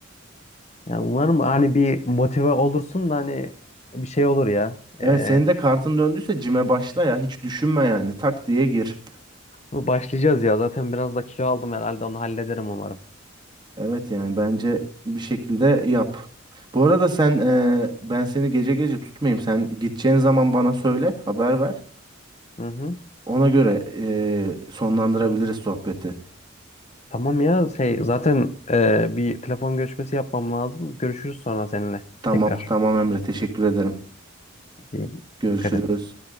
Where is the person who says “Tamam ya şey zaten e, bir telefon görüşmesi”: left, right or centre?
Left